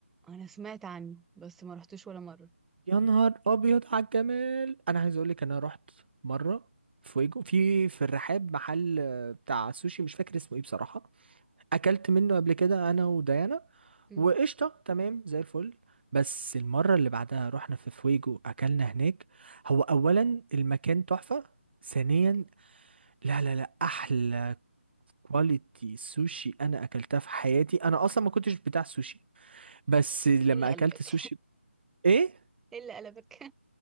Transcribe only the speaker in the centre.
انا سمعت عنه بس ما رحتوش ولا مره
امم
اوكي
ايه اللي قلبك
<laughs> ايه اللي قلبك